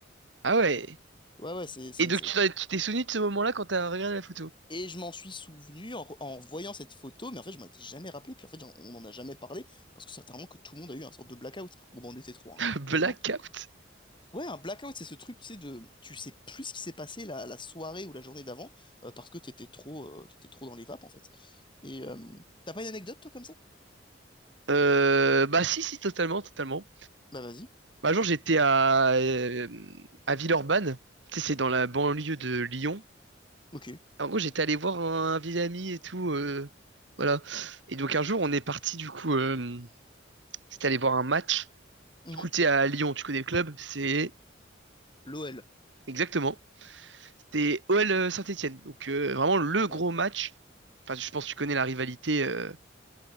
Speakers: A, on the right; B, on the left.
A: Ah ouais.
B: Ouais, ouais, c'est c'est
A: Et
B: une.
A: donc tu t'en- tu t'es souvenu de ce moment-là quand t'as regardé la photo?
B: Et je m'en suis souvenu en, re- en voyant cette photo, mais en fait, je m'en étais jamais rappelé. Puis en fait, j'en- on n'en a jamais parlé parce que certainement que tout le monde a eu un sorte de blackout. Bon, ben, on était trois,
A: <laughs>
B: hein,
A: Blackout.
B: forcément. Ouais, un blackout, c'est ce truc, tu sais, de, tu sais plus ce qui s'est passé la, la soirée ou la journée d'avant euh, parce que t'étais trop, euh, t'étais trop dans les vapes, en fait. Et euh, t'as pas une anecdote, toi, comme ça?
A: Euh, bah si, si, totalement, totalement.
B: Bah, vas-y.
A: Bah, un jour, j'étais à, euh, à Villeurbanne. Tu sais, c'est dans la banlieue de Lyon.
B: Ok.
A: En gros, j'étais allé voir un, un vieil ami et tout. euh, voilà. Et donc, un jour, on est parti, du coup, euh, c'était aller voir un match.
B: Mhm.
A: Du coup, tu sais, à Lyon, tu connais le club, c'est
B: L'OL.
A: exactement. C'était OL Saint-Étienne. Donc, euh, vraiment le gros
B: Ouais.
A: match. Enfin, je pense que tu connais la rivalité euh,